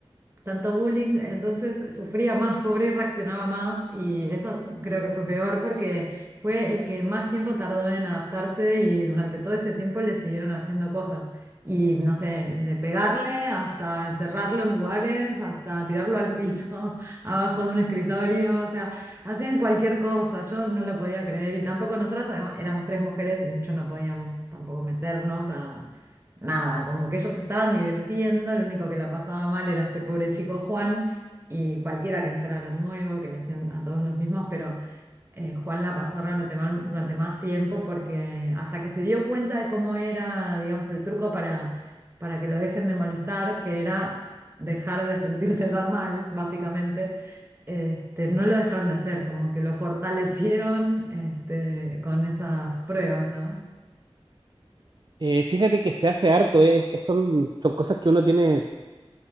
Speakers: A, on the right; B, on the right.
A: tanto bullying, entonces sufría más, pobre, y reaccionaba más y eso creo que fue peor porque fue el que más tiempo tardó en adaptarse y durante todo ese tiempo le siguieron haciendo cosas. Y no sé, desde pegarle hasta encerrarlo en lugares, hasta tirarlo al piso, <laughs> abajo de un escritorio, o sea, hacían cualquier cosa, yo no lo podía creer y tampoco nosotras además, éramos tres mujeres y mucho no podíamos tampoco meternos a nada, como que ellos se estaban divirtiendo, el único que la pasaba mal era este pobre chico Juan y cualquiera que entrara nuevo, que le hacían a todos los mismos, pero eh, Juan la pasó realmente mal durante más tiempo porque hasta que se dio cuenta de cómo era, digamos, el truco para, para que lo dejen de molestar, que era dejar de sentirse tan mal, básicamente. Este, no lo dejaron de hacer, como que lo fortalecieron este, con esas pruebas, ¿no?
B: Eh, fíjate que se hace harto, eh, son, son cosas que uno tiene